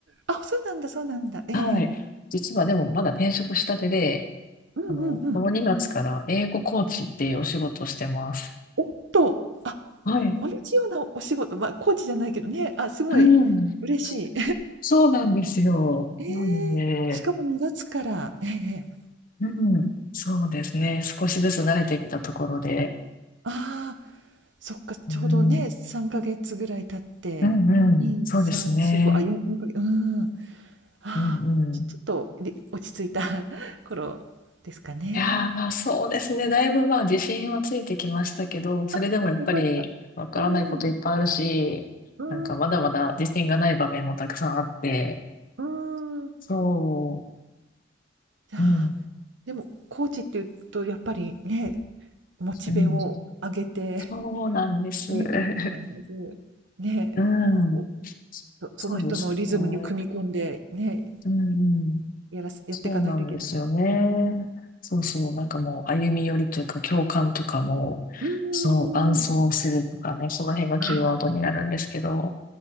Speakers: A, on the right; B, on the left.
A: あそうなんだそうなんだええ
B: はい。実はでもまだ転職したてで、
A: うんうんうん
B: あの、この2月から英語コーチっていうお仕事をしてます。
A: おっとあ
B: はい。
A: 同じようなお仕事まあコーチじゃないけどねあすごい嬉しい
B: うん。そうなんですよ。
A: <laughs> ええしかも2月からええ
B: なんでね、うん。そうですね。少しずつ慣れてきたところで。
A: ああそっか、ちょうどね、
B: うん。
A: 3ヶ月ぐらい経って、
B: うんうん。
A: 2、
B: そうですね。
A: 3、4、5、あ、4、4ヶ月、うん。ああ、
B: うんうん。
A: ちょちょっと、で落ち着いた <laughs> 頃ですかね。
B: いやー、まあそうですね。だいぶまあ自信はついてきましたけど、それでもやっぱりわからないこといっぱいあるし、
A: あ、よかった。うん、うん、
B: なんかまだまだ自信がない場面もたくさんあって、
A: うん、か。
B: そ
A: じゃあ、
B: う、うん、
A: でも、コーチっていうと、やっぱりね、モチベを上げて、
B: うん、そうなんです。
A: <laughs> ね、
B: <laughs>
A: 必ず、ね、
B: うん、
A: こうそその人のリズムに組み込んで、
B: そうですね。う
A: ね、
B: ん、うん、
A: やらす、やっていかないといけない。
B: そうなんですよね。
A: うん
B: そうそう、なんかもう歩み寄りというか共感とかも、
A: うんうんうんうん。
B: そう、伴走するとかね、その辺がキーワードになるんですけど、
A: あ、